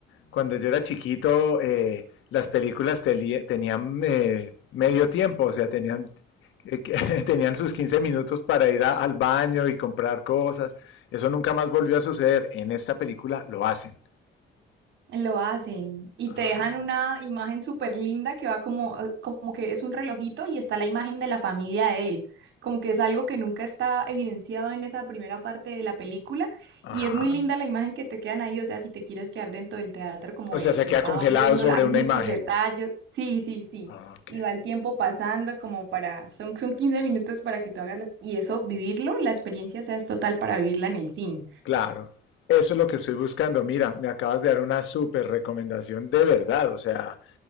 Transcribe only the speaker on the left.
Cuando yo era chiquito, eh, las películas te, tenían eh, medio tiempo, o sea, tenían, eh, <laughs> tenían sus 15 minutos para ir a, al baño y comprar cosas. Eso nunca más volvió a suceder. En esta película lo hacen.
Ah.
Ajá.
O
sea, se
queda congelado
sobre
una
imagen.
Ah, Ok,
claro. Eso es lo que estoy buscando. Mira, me acabas de dar una súper recomendación de verdad. O sea,